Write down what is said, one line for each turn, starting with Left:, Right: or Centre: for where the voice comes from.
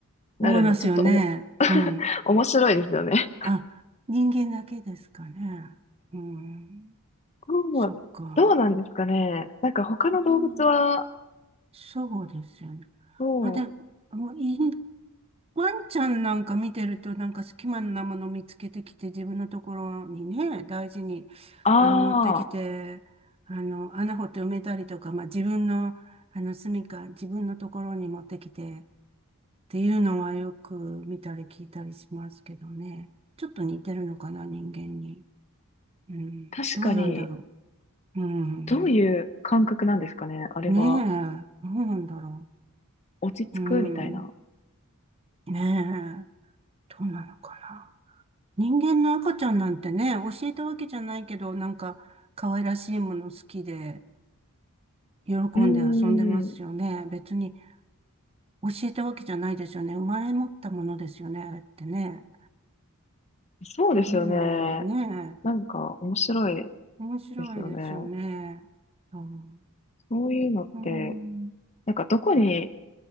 Left: なるの、
Right: 思いますよね。
Left: ちょっとおも、
Right: うん。
Left: 面白いですよね。
Right: あ、人間だけですかね。うん。
Left: <laughs> どう、
Right: そっか。
Left: どうなんですかね。なんか、他の動物は、
Right: ねえそうですよね。
Left: どう、
Right: あ、でも、もういい、ワンちゃんなんか見てると、なんか隙間なもの見つけてきて、自分のところにね、大事に、
Left: ああ、
Right: あの、持ってきて、あの、穴掘って埋めたりとか、まあ、自分の、あの、住処、自分のところに持ってきて、っていうのはよく見たり聞いたりしますけどね。ちょっと似てるのかな、人間に。うん。
Left: 確かに、
Right: どうなんだろう。うん。
Left: どういう感覚なんですかね、あれは。
Right: ねえ、どうなんだろ
Left: 落ち着くみたいな。
Right: う。うん。ねえ、どうなのかな。人間の赤ちゃんなんてね、教えたわけじゃないけど、なんか可愛らしいもの好きで、喜んで遊んでますよね。
Left: うーん、
Right: 別に教えたわけじゃないですよね。生まれ持ったものですよね、あれってね。
Left: そうですよね。
Right: ねえ、ね
Left: なんか面白い
Right: え、面白いですよね。
Left: ですよね。
Right: うん、
Left: そういうのって、
Right: うん、
Left: なんかどこに、